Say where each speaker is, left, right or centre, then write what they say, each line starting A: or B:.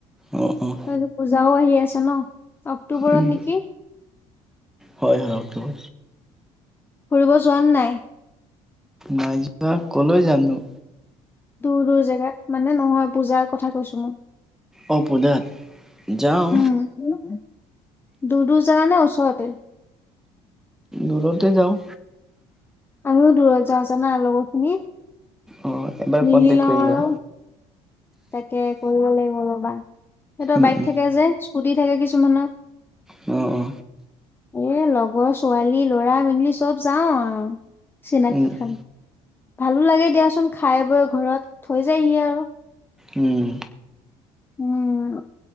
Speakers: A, in the centre; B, on the left.
A: অ', অ',
B: হয়তো পূজাও আহি আছে ন, অক্টোবৰত
A: উম,
B: নেকি?
A: হয় হয় অক্টোবৰ।
B: ফুৰিব যোৱা নে নাই?
A: নাই যোৱা কলৈ যামনো?
B: দূৰ দূৰ জেগাত মানে নহয় পূজাৰ কথা কৈছো মই।
A: অ পূজাত যাওঁ।
B: <unintelligible> দূৰ দূৰ যাৱা নে ওচৰতে।
A: দূৰতে যাওঁ।
B: আমিও দূৰত যাওঁ জানা লগৰখিনি
A: অ' এবাৰ
B: মিলি
A: কণ্টেক্ট
B: লওঁ
A: কৰিবা
B: আৰু তাকে কৰিব লাগিব ৰ'বা, সিহঁতৰ
A: উম,
B: বাইক
A: উম,
B: থাকে যে স্কুটি থাকে কিছুমান।
A: অ অ
B: এ লগৰ ছোৱালী ল'ৰা মেলি চব যাওঁ আও চিনাকি
A: উম, উম,
B: খাম, ভালো লাগে দিয়াচোন খাই বৈ ঘৰত থৈ যায়হি আৰু।
A: উম।
B: উম।